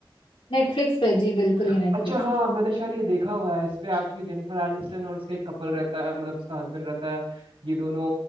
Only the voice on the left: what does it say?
नेटफ्लिक्स पे जी बिल्कुल ये
नेटफ्लिक्स
पे